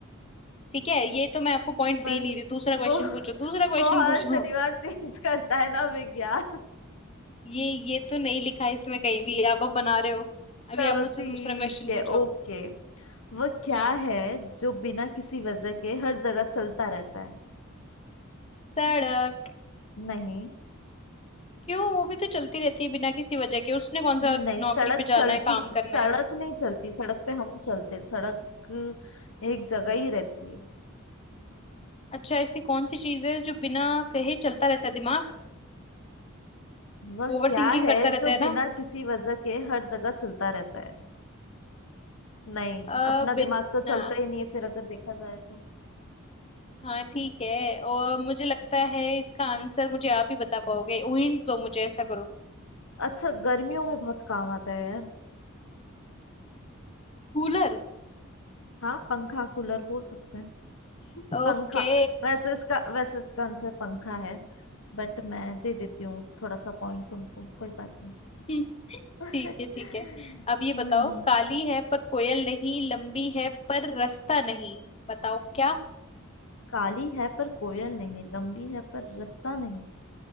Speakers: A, on the left (about 30°); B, on the left (about 75°).
A: ठीक है ये तो मैं आपको पॉइंट
B: पर
A: दे नहीं रही दूसरा क्वेश्चन
B: वो
A: पूछो दूसरा क्वेश्चन
B: वो हर
A: पूछो
B: शनिवार चेंज करता है ना विग यार
A: ये ये तो नहीं लिखा है इसमें कहीं भी आप अब बना रहे हो अभी
B: चलो
A: आप मुझसे
B: ठीक
A: दूसरा क्वेश्चन
B: है
A: पूछो
B: ओके वह क्या
A: हम्म
B: है जो बिना किसी वजह के हर जगह चलता रहता है
A: सड़क
B: नहीं
A: क्यों वो भी तो चलती रहती है बिना किसी वजह के उसने कौन
B: नहीं
A: सा
B: सड़क
A: नौकरी पे
B: चलती
A: जाना है काम करना
B: सड़क
A: है
B: नहीं चलती सड़क पे हम चलते हैं, सड़क एक जगह ही रहती है
A: अच्छा ऐसी कौन सी चीज है जो बिना कहे चलता रहता है दिमाग
B: वह
A: ओवर
B: क्या
A: थिंकिंग
B: है
A: करता रहता
B: जो
A: है
B: बिना
A: ना
B: किसी वजह के हर जगह चलता रहता है नहीं
A: अ
B: अपना दिमाग
A: बिना
B: तो चलता ही नहीं है फिर अगर देखा जाए तो
A: हाँ ठीक है और मुझे लगता है इसका आंसर मुझे आप ही बता पाओगे हिंट दो मुझे ऐसा करो
B: अच्छा गर्मियों में बहुत काम आता है यार
A: कूलर
B: हाँ पंखा कूलर बोल सकते हैं <laughs>
A: ओके
B: पंखा वैसे इसका वैसे इसका आंसर पंखा है बट मैं दे देती हूँ थोड़ा सा पॉइंट तुमको कोई बात नहीं
A: <laughs>
B: <laughs>
A: ठीक है ठीक है अब ये
B: हम्म
A: बताओ काली है पर कोयल नहीं लंबी है पर रास्ता नहीं बताओ क्या
B: काली है पर कोयल नहीं लंबी है पर रास्ता नहीं